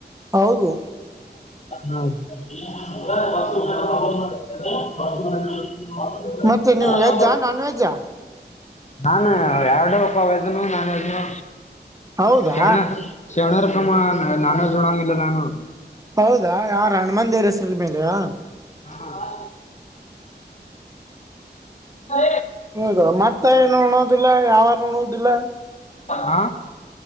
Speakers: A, on the right; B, on the left.
A: ಹೌದು
B: ಹ್ಮ <unintelligible>
A: ಮತ್ತೆ ನೀವು ವೆಜ್ಜಾ ನಾನ್ ವೆಜ್ಜಾ
B: ನಾನು ಯರಡ ಪಾ ವಯ್ದನು ನಾನ್ದನು.
A: ಹೌದಾ
B: ಶರಣ ಶಣರಕಮ್ಮ ನಾನ್ವೆಜೋಣಂಗಿಲ್ಲ ನಾನು.
A: ಹೌದಾ ಯಾರ ಹಣಮಂದೆವ್ರ ಹೆಸ್ರಲ್ ಮೇಲೆಯಾ.
B: ಹಾ ಹಾ
A: ಹೌದ ಮತ್ತ ಏನು ಉಣೋದಿಲ್ಲ ಯಾವಾರೂ ಉಣುದಿಲ್ಲ.
B: ಆ